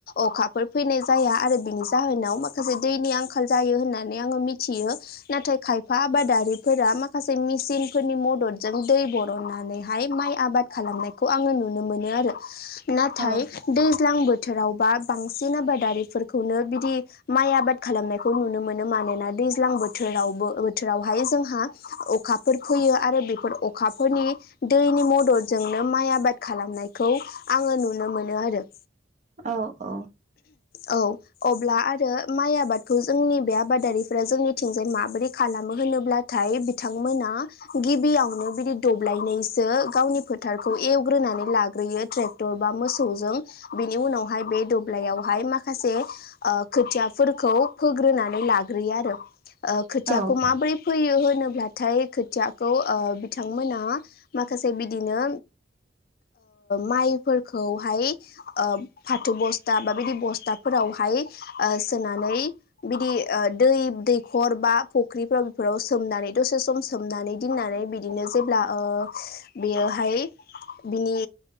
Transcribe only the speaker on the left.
अखाफोर फैनाय जाया आरो बेनि जाहोनाव माखासे दैनि आंखाल जायो होननानै आङो मिथियो नाथाय खायफा आबादारि फोरा माखासे मेसिन फोरनि मददजों दै बरननानैहाय माइ आबाद खालामनायखौ आङो नुनो नुनो मोनो आरो नाथाय
दैज्लां बोथोरावबा बांसिन आबादारि खौनो बिदि माइ आबाद खालामनायखौ नुनो मोनो मानोना दैज्लां बोथोराव बोथोरावहाय जोंहा अखाफोर फैयो आरो बे अखाफोरनि दैनि मददजोंनो माइ आबाद खालामनायखौ आङो नुनो मोनो आरो।
औ अब्ला आरो माइ आबादखौ जोंनि बे आबादारिफ्रा जोंनिथिंजाय माबोरै खालामो होनोब्ला थाय बिथांमोना गिबियावनो बिदि दब्लायनैसो गावनि फोथारखौ एवग्रोनानै लाग्रोयो ट्रेक्टर बा मोसौजों बेनि उनावहाय बे दब्लायावहाय माखासे खोथियाफोरखौ फोग्रोनानै लाग्रोयो आरो। खोथियाखौ
माबोरै फैयो होनोब्लाथाय खोथियाखौ बिथांमोना माखासे बिदिनो माइफोरखौहाय फाथो बस्था बा बिदि बस्थाफोराव बिदि सोनानै बिदि दै दैखर बा फुख्रिफोराव बेफोराव सोम नानै सोमनानै दसे सम सोमनानै दोननानै बिदिनो जेब्ला बेयोहाय बिनि